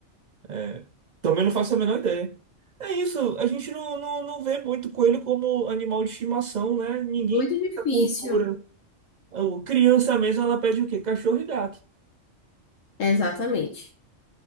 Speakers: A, on the right; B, on the left.
A: É, também não faço a menor ideia. É isso, a gente não, não, não vê muito coelho como animal de estimação, né? Ninguém
B: Muito
A: tem
B: difícil.
A: essa cultura. O- Criança mesmo, ela pede o quê? Cachorro e gato.
B: Exatamente.